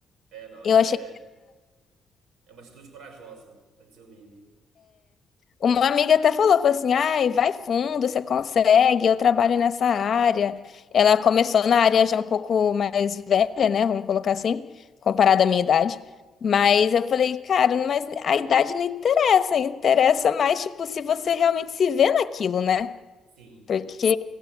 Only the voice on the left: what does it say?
eu
achei.
Uma amiga até falou, falou assim, ai, vai fundo, você consegue, eu trabalho nessa área. Ela começou na área já um pouco mais velha, né? Vamos colocar assim, comparada à minha idade. Mas eu falei, cara, mas a idade não interessa, interessa mais, tipo, se você realmente se vê naquilo, né?
Porque